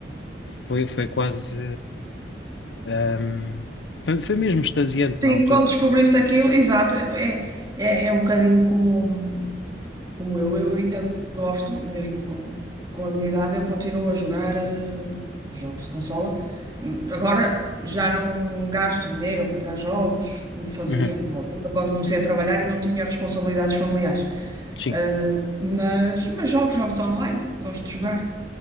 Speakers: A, on the left (about 85°); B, on the right (about 20°).
A: foi, foi quase. ah, hum, foi, foi mesmo extasiante
B: Sim,
A: na altura.
B: quando descobriste aquilo, exato, é, foi- é, é é um bocadinho como. como eu, eu ainda gosto, mesmo com, com a minha idade, eu continuo a jogar eh, jogos de consola. Hum, Agora já não gasto dinheiro a comprar jogos, como fazia
A: Uhum,
B: na altura, quando comecei a trabalhar e não tinha responsabilidades familiares.
A: Sim.
B: Eh, mas, mas jogo jogos online, gosto de jogar.